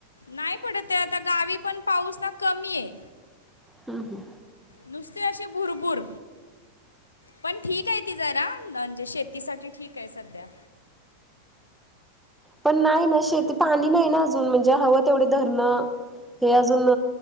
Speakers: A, on the left (about 75°); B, in the centre.
A: नाही पडत ए. आता गावी पण पाऊस ना कमी आहे.
B: हम्म हम्म.
A: नुसती अशी भुरभूर. पण ठीक आहे ती जरा. म्हणजे शेतीसाठी ठीक आहे सध्या.
B: पण नाही ना शेती. पाणी नाही ना अजून. म्हणजे हवं तेवढे धरणं- हो अजून